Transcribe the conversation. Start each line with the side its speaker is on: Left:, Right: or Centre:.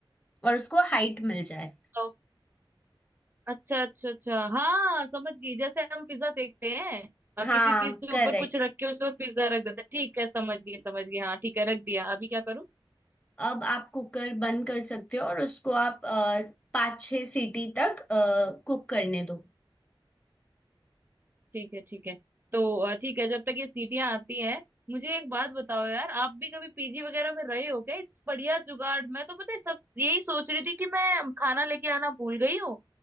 Left: और उसको हाइट मिल जाए
Right: तो अच्छा अच्छा अच्छा हाँ समझ गई जैसे हम पिज्जा देखते हैं अ,
Left: हाँ
Right: किसी चीज के
Left: करेक्ट
Right: ऊपर कुछ रख के उसके ऊपर पिज्जा रख देते हैं। ठीक है समझ गई समझ गई हाँ ठीक है रख दिया अभी क्या करूँ
Left: अब आप कुकर बंद कर सकते हो और उसको आप अ, पाँच छः सीटी तक कुक करने दो
Right: ठीक है ठीक है तो अ, ठीक है जब तक ये सीटियां आती हैं मुझे एक बात बताओ यार आप भी कभी पीजी वगैरह में रहे हो क्या इस बढ़िया जुगाड़ मैं तो पता है सब यही सोच रही थी कि मैं खाना लेके आना भूल गई हूँ